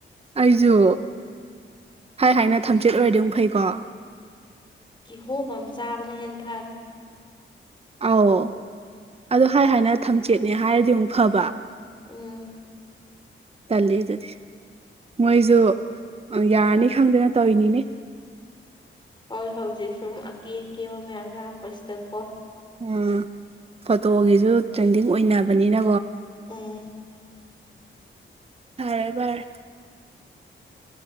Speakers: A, on the right (about 30°); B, on the left (about 20°).
A: ꯑꯩꯁꯨ ꯍꯥꯏ ꯍꯥꯏꯅ ꯊꯝꯆꯦꯠ ꯑꯣꯏꯔꯗꯤꯧ ꯐꯩꯀꯣ
B: ꯀꯤꯍꯣꯝ ꯑꯃ ꯆꯥꯕꯅ ꯍꯦ ꯐꯔꯦ
A: ꯑꯧ ꯑꯗꯨ ꯍꯥꯏ ꯍꯥꯏꯅ ꯊꯝꯆꯦꯠꯅꯦ ꯍꯥꯏꯔꯗꯤ ꯑꯃꯨꯛ ꯐꯕ
B: ꯎꯝ
A: ꯇꯂꯦ ꯑꯗꯨꯗꯤ ꯃꯣꯏꯁꯨ ꯌꯥꯔꯅꯤ ꯈꯪꯗꯅ ꯇꯧꯔꯤꯅꯤꯅꯦ
B: ꯍꯣꯏ ꯍꯧꯖꯤꯛ ꯁꯨꯝ ꯑꯀꯦ ꯑꯀꯦꯕ ꯃꯌꯥꯝ ꯂꯥꯛꯄꯁꯤꯗꯀꯣ
A: ꯎ ꯐꯣꯇꯣꯒꯤꯁꯨ ꯇ꯭ꯔꯦꯟꯗꯤꯡ ꯑꯣꯏꯅꯕꯅꯤꯅ
B: ꯑꯦ
A: ꯐꯔꯦꯕꯔ